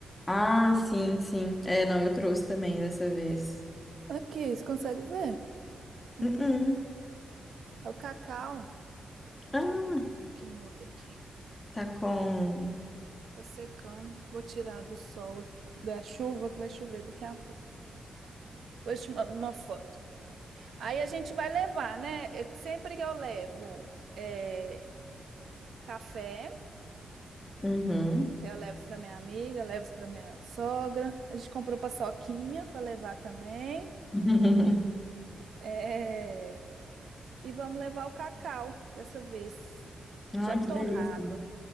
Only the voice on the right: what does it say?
Aqui, você consegue ver? Hum,
É o cacau.
Deixa eu ver como é que muda aqui.
Tá secando. Vou tirar do sol, aqui, da chuva, que vai chover daqui a pouco. Vou te mandar uma foto. Aí a gente vai levar, né? Eu- sempre que eu levo é, café,
que eu levo para minha amiga, levo para minha sogra. A gente comprou paçoquinha para levar também.
É, e vamos levar o cacau dessa vez,
já torrado.